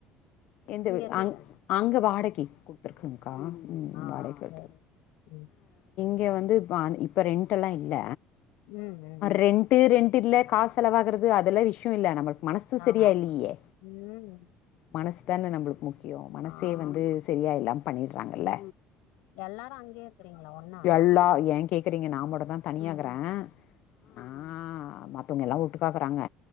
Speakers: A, on the left; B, on the left.
A: எந்த
B: இங்க
A: வீடு
B: இருந்ததா
A: அங் அங்க வாடைக்கு குடுத்துருக்கங் க்கா ம்
B: ஆ
A: வாடகைக் குடுத்
B: சேரி சேரி ம்
A: க வந்து இ இப்ப ரென்ட்டெல்லா இல்ல
B: ம் ம்
A: ரென்ட்டு ரென் இல்ல காஸ் செலவாகுறது அதெல்லா விஷ்யோ இல்ல நம்ம மனசு செரியா
B: ஆமா
A: இல்லியே
B: ம்
A: மனசு தான நம்ளுக்கு மு க்கியோ மனசே
B: ஆமா
A: வந்து சரியா இல்லாம பண்ணிர்றாங்கல்ல
B: ம் எல்லாரு அங்கே இருக்றீங்ளா ஒன்னா
A: எல்லா ஏ கேக்குறீங்க நா மட்டு தா தனியா
B: ம்
A: இக்குறே ஆ மத் தோங்க எல்லா ஒட்டுக்கா இக்குறாங்க